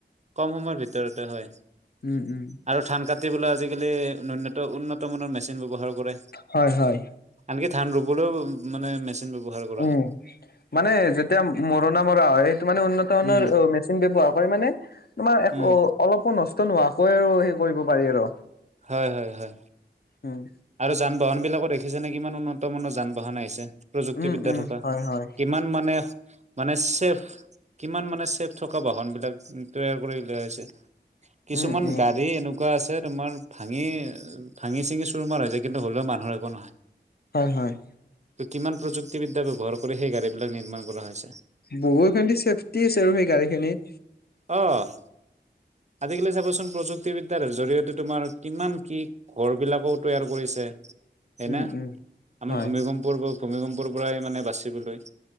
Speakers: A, on the right; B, on the left.
A: ক'ম সময়ৰ ভিতৰতে হয়।
B: উম উম
A: আৰু ধান কাটিবলৈ আজিকালি উন্নত-উন্নত মানৰ মেচিন ব্যৱহাৰ কৰে।
B: হয়, হয়।
A: আনকি ধান ৰুবলৈও মানে মেচিন ব্যৱহাৰ কৰা
B: উম
A: হয়।
B: মানে যেতিয়া মৰণা মৰা হয়, সেইটো মানে উন্নত মানৰ
A: উম
B: মেচিন ব্যৱহাৰ মানে তোমাৰ
A: উম
B: অলপো নষ্ট নোহোৱাকৈ আৰু সেই কৰিব পাৰি আৰু।
A: হয়, হয়, হয়।
B: উম।
A: আৰু যান বাহন বিলাকো দেখিছেনে কিমান উন্নত মানৰ যান বাহন আহিছে? প্ৰযুক্তিবিদ্যা
B: উম উম
A: থকা,
B: হয় হয়।
A: কিমান মানে মানে চেফ কিমান মানে চেফ থকা বাহন বিলাক তৈয়াৰ কৰি উলিওৱা হৈছে, কিছুমান
B: উম উম।
A: গাড়ী এনেক এনেকুৱা আছে তোমাৰ ভাঙি ভাঙি-চিঙি চুৰমাৰ হৈ যায়, কিন্তু হ'লেও মানুহৰ একো নহয়।
B: হয়, হয়।
A: ত' কিমান প্ৰযুক্তিবি্যা্য়হ কৰি সেই গাড়ী বিলাক নিৰ্মাণ কৰা হৈছে
B: বহু <unintelligible> চেফটি আছে আৰু সেই গাড়ীখিনিত।
A: অ'। আজিকালি চাবচোন প্ৰযুক্তিবিদ্যাৰ জৰিয়তে তোমাৰ কিমান কি ঘৰ বিলাকো তৈয়াৰ কৰিছে হয়
B: উম
A: না,
B: উম
A: আমাৰ
B: হয়।
A: ভূমিম্পৰ্কৰ ভূমিকম্পৰ পৰাই মানে বাচিবলৈ।